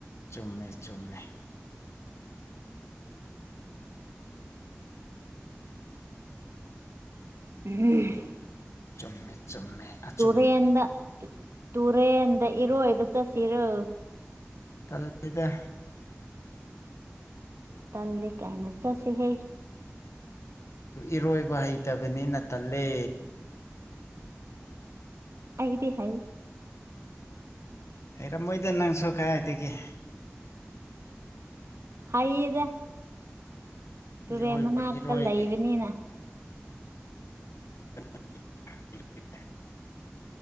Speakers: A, on the left (about 80°); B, on the right (about 75°).
A: ꯆꯨꯝꯃꯦ ꯆꯨꯝꯃꯦ
B: ꯎꯝ
A: ꯆꯨꯝꯃꯦ ꯆꯨꯝꯃꯦ ꯑꯆꯨꯝꯕꯅꯤ
B: ꯇꯨꯔꯦꯟꯗ ꯇꯨꯔꯦꯟꯗ ꯏꯔꯣꯏꯕ ꯆꯠꯁꯤꯔꯣ
A: ꯇꯂꯜꯗ
B: ꯇꯜꯜꯂꯤ ꯀꯥꯏꯅ ꯆꯠꯁꯤꯦꯍꯩ
A: ꯏꯔꯣꯏꯕ ꯍꯩꯇꯕꯅꯤꯅ ꯇꯜꯂꯦ
B: ꯑꯩꯗꯤ ꯍꯩ꯫
A: ꯍꯩꯔꯝꯃꯣꯏꯗ ꯅꯪꯁꯨ ꯀꯗꯥꯥꯏꯗꯒꯤ꯫
B: ꯍꯥꯏꯌꯦꯗ ꯇꯨꯔꯦꯟ
A: ꯏꯔꯣꯏꯕ
B: ꯃꯅꯥꯛꯇ
A: ꯏꯔꯣꯏꯒꯦ
B: ꯂꯩꯕꯅꯤꯅ
A: <inaudible>